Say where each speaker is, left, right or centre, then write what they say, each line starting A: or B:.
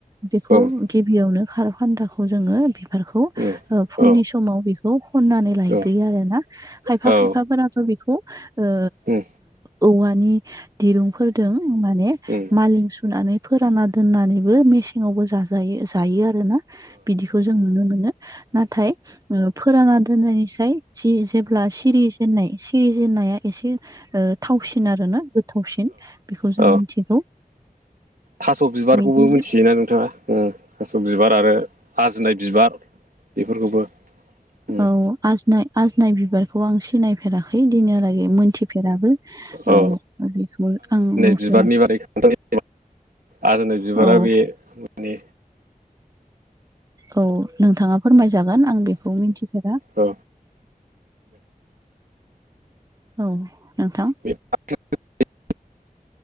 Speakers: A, on the right; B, on the right.
A: बेखौ
B: उम उम
A: गिबियावनो खारौ खान्दाखौ जोङो बिबारखौ
B: उम औ
A: ओ फुंनि समाव बेखौ खन्नानै लायग्रोयो
B: औ
A: आरो ना। खायफा
B: औ
A: खायफा फोराथ' बिखौ ओ
B: उम
A: ओ औवानि दिरुंफोरदों माने
B: उम औ
A: मालिं सुनानै फोराना दोननानैबो मेसेङावबो जाज् जायो जायो आरोना बिदिखौ जों नुनो मोनो, नाथाय ओ फोराना दोननायनिसाय जि जेब्ला सिरि जेन्नाय सिरि जेन्नाया एसे ओ थावसिन आरो ना गोथावसिन बेखौ जों
B: औ
A: मिथिगौ।
B: थास' बिबारखौबो
A: बिदिनो
B: मिथियोना नोंथाङा ओ थास' बिबार आरो आजिनाय बिबार बेफोरखौबो। उम
A: औ,
B: अ
A: आजनाय आजनाय बिबारखौ आं सिनाय फेराखै दिनैहालागै मोनथिफेराबो
B: औ
A: ओ बेखौ आं नुफेरा
B: बिबारनि बारै खोनथानि आजोनाय बिबारा
A: औ
B: बे माने
A: औ, नोंथाङा फोरमायजागोन आं बेखौ मिन्थिफेरा।
B: ओ
A: औ, नोंथां।
B: <unintelligible>